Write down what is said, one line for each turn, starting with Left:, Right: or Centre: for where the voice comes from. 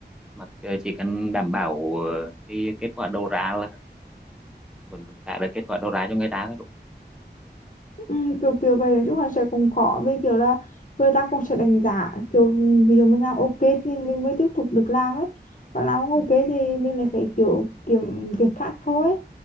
Centre: mà ờ, chỉ cần đảm bảo ờ, cái kết quả đầu ra là vẫn vẫn trả được kết quả đầu ra cho người ta thôi
Left: Ừ, kiểu kiểu vậy nói chung là sẽ cũng khó vì kiểu là người ta cũng sẽ đánh giá kiểu ví dụ mình làm ok thì mình mới tiếp tục được làm ấy còn làm không ok thì mình lại phải kiểu kiếm việc khác thôi